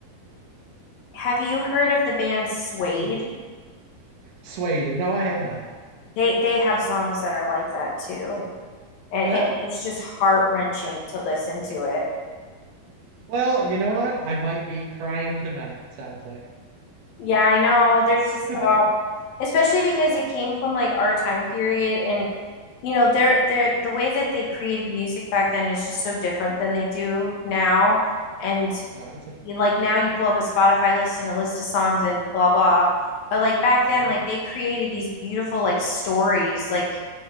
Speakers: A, on the left (about 70°); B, on the right (about 80°).
A: Have you heard of the band Suede?
B: it. Mm. Swayed, no, I have not. <laughs>
A: They they have songs that are like that too. and
B: Mm.
A: and
B: Well,
A: it's just heart wrenching to listen to it.
B: well, you know what? I might be crying tonight. It sounds like.
A: Yeah, I know. There's just
B: <laughs> no,
A: uh, especially because it came from like our time period, and you know, they're they're the way that they created music back then is just so different than they do now. And
B: it's a.
A: you know, like now, you pull up a Spotify list and a list of songs and blah blah. But like back then,
B: mhm,
A: like they created these beautiful like stories like